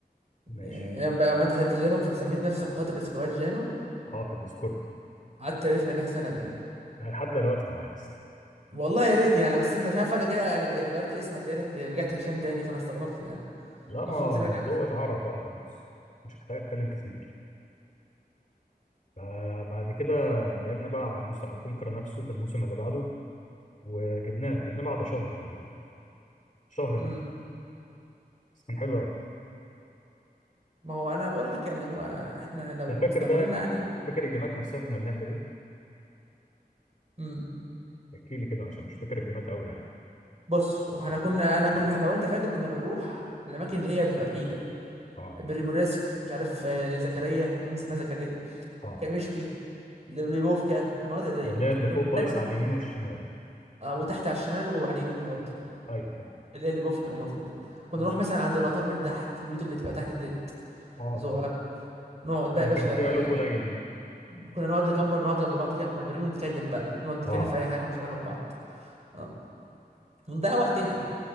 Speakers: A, on the left; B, on the right.
A: ماشي
B: يعني ايام بقى ما انت قتلت جانو فسميت نفسك قاتل سكواد جانو
A: اه في الديسكورد
B: قعدت عرفنا بيها سنه باين
A: لحد دلوقتي لو عايز
B: والله يا ريت يعني بس انت مش عارف فجاه كده يعني بقيت غيرت اسمك لقيتك رجعت هشام تاني فانا استغربت يعني
A: لا
B: المفروض
A: ما
B: تراجع
A: الموضوع
B: نفسك
A: اتعرف بقى خلاص مش محتاج اتكلم كتير فبعد كده لعبنا بقى على الموسم على كونكر نفسه في الموسم اللي بعده وجبناه جبناه بعد شهر تقريبا شهر
B: امم
A: لعب بس كان حلو قوي
B: ما هو انا بقول لك يعني هو احنا لو
A: انت فاكر
B: استمرنا
A: بقى
B: يعني
A: فاكر الجيمات نفسها كنا بنعمل ايه؟
B: امم
A: احكي لي كده عشان مش فاكر الجيمات قوي يعني
B: بص هو احنا كنا انا كنا لو انت فاكر كنا بنروح الاماكن اللي هي بتبقى بعيده
A: اه
B: بريموريسك مش عارف آه، زكريا كنا بنسميها زكريا
A: اه
B: كاميشكي ليبوفكا المناطق ديت
A: اللي هي اللي
B: كنا
A: فوق
B: دايما
A: خالص على اليمين والشمال
B: اه وتحت على الشمال وعلى اليمين برضه
A: ايوه تمام
B: اللي هي اللي بوفكا والمنطقة دي كنا
A: ماشي
B: نروح مثلا عند المطار من تحت البيوت اللي تبقى تحت ديت
A: اه
B: صغيرة
A: خالص
B: نقعد بقى
A: اللي
B: يا باشا
A: كان فيها لوت قليل
B: آه،
A: دي
B: كنا نقعد نكمبر نقعد جنب بعض كده مكمبرين ونتكلم بقى نقعد نتكلم
A: اه
B: في أي حاجة مالهاش علاقة ببعض اه ونضيع وقت يعني